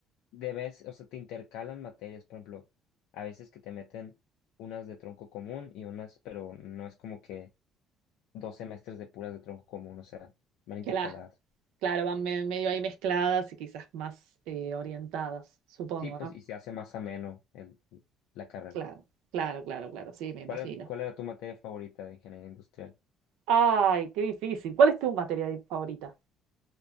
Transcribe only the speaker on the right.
Que la, claro, van me- medio ahí mezcladas y quizás más eh, orientadas, supongo,
¿no?
Claro, claro, claro, claro, sí, me imagino.
Ay, qué difícil. ¿Cuál es tu materia di- favorita?